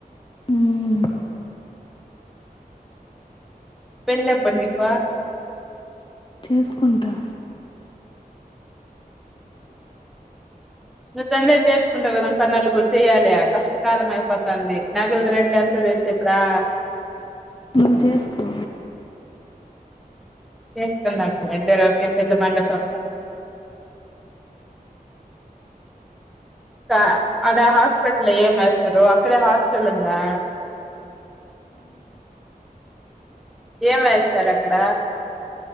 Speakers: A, on the left (about 30°); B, in the centre.
A: ఉమ్
B: పెండ్లి ఎప్పుడ్ నీకు.
A: చేస్కుంటా.
B: నువ్వు తొందరగా చేసుకుంటావ్ కదా ఇంకా నలుగుర్ చెయ్యాలి, కష్టకాలం అయిపోతాంది. నగలు రేట్లు ఎంత తెలుసు ఇప్పుడా.
A: నువ్ జేస్కో.
B: చేసుకుందాం, ఇద్దరు ఓకే పెళ్ళి మండపంలో. <unintelligible> అడ హాస్పిటల్ లో ఏం ఏస్తారో, అక్కడే హాస్పిటల్ ఉందా. ఏం వేస్తార్ అక్కడ.